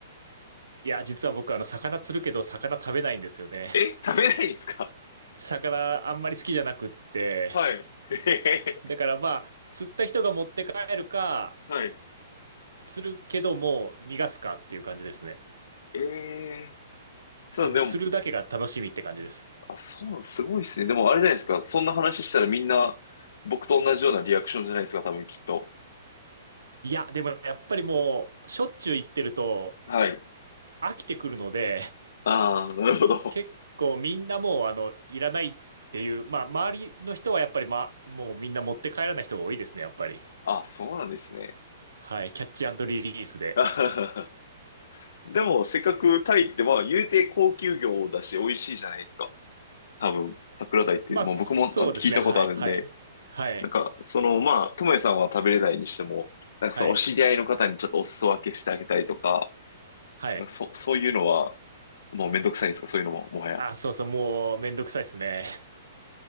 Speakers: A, on the right; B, on the left.
A: いや、実は僕、あの、魚釣るけど、魚食べないんですよね。
B: え、食べないんですか
A: 魚あんまり好きじゃなくって、
B: はい。<laughs>
A: だからまあ、釣った人が持って帰るか、
B: はい。
A: 釣るけどもう逃がすかっていう感じですね。
B: ええ
A: そう、
B: そう、
A: もう釣るだけが楽しみって感じです。
B: でも、あ、そうなん、すごいですね。でもあれじゃないですか。そんな話したらみんな僕と同じようなリアクションじゃないですか、多分きっと。
A: いや、でもやっぱりもう、しょっちゅう行ってると
B: はい。
A: 飽きてくるので、
B: ああ、なるほど。
A: 結構みんなもう、あの、いらないっていう、まあ、周りの人はやっぱり、まあ、もうみんな持って帰らない人が多いですね、やっぱり。
B: あ、そうなんですね。
A: はい、キャッチリリースで。
B: <laughs> あははでも、せっかくタイって、まあ、言うて高級魚だし、美味しいじゃないですか。多分、桜鯛って、
A: まあ、
B: まあ僕もあ聞いたことあるんで、
A: そうですね、はい、はい、はい、
B: なんか、その、まあ、ともえさんは食べれないにしても、なんかそのお知り合いの方にちょっとお裾分けしてあげたりとか、
A: はい、はい。
B: なんかそ、そういうのは、もうめんどくさいんですか、そういうのも、もはや。
A: あ、そうそう、もうめんどくさいですね。